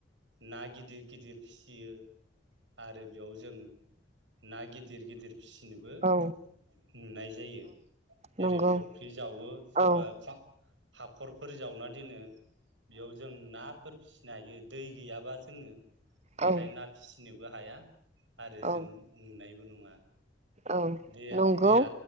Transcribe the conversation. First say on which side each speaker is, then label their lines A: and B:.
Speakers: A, on the right; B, on the right.
A: ना गिदिर गिदिर फिसियो आरो बेयाव जों ना गिदिर गिदिर फिसिनोबो
B: औ
A: नुनाय जायो जेरै
B: नंगौ
A: फख्रि जावो सोरबा
B: औ
A: जा हाखरफोर जावना दोनो। बेयाव जों नाफोर फिसिनो हायो। दै गैयाबा जोङो बेहाय
B: औ
A: ना फिसिनोबो हाया आरो
B: औ
A: जों नुनायबो नङा।
B: औ
A: दैया
B: नंगौ
A: दैया